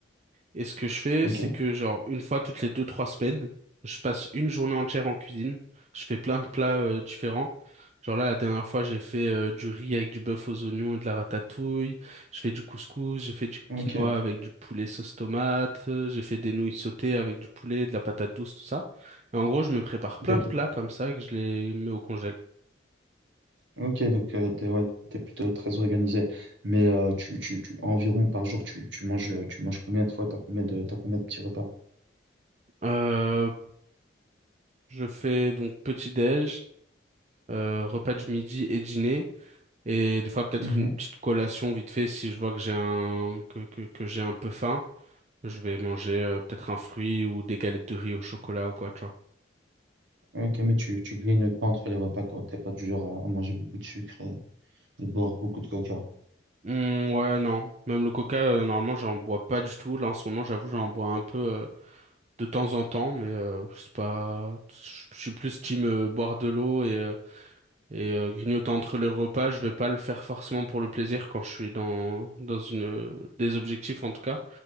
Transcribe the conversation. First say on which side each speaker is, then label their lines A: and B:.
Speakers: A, on the right; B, on the right.
A: Et ce que je fais,
B: Ok.
A: c'est que genre une fois toutes les deux, trois semaines, je passe une journée entière en cuisine. Je fais plein de plats euh, différents. Genre là, la dernière fois, j'ai fait euh, du riz avec du bœuf aux oignons et de la ratatouille. Je fais du couscous, j'ai fait du
B: Ok.
A: quinoa avec du poulet sauce tomate. euh, J'ai fait des nouilles sautées avec du poulet, de la patate douce, tout ça. Et en gros, je me prépare plein
B: Des bo-
A: de plats comme ça et que je les mets au congèle.
B: Ok, donc euh, t'es, ouais, t'es plutôt très organisé. Mais euh, tu, tu, tu, environ par jour, tu, tu manges, euh, tu manges combien de fois? T'as combien de, t'as combien de petits repas?
A: Euh, je fais donc petit déj, euh, repas du midi et dîner. Et des fois, peut-être
B: Mhm.
A: une petite collation vite fait si je vois que j'ai un, que, que, que j'ai un peu faim. Je vais manger euh, peut-être un fruit ou des galettes de riz au chocolat ou quoi, tu vois.
B: Ok, mais tu, tu grignotes pas entre les repas quand t'es pas du genre à, à manger beaucoup de sucre et, et boire beaucoup de coca.
A: Hmm, ouais, non. Même le coca, euh, normalement, j'en bois pas du tout. Là, en ce moment, j'avoue, j'en bois un peu euh, de temps en temps, mais euh, c'est pas. Je je suis plus team euh, boire de l'eau et, euh, et euh, grignoter entre les repas. Je vais pas le faire forcément pour le plaisir quand je suis dans dans une euh, des objectifs en tout cas.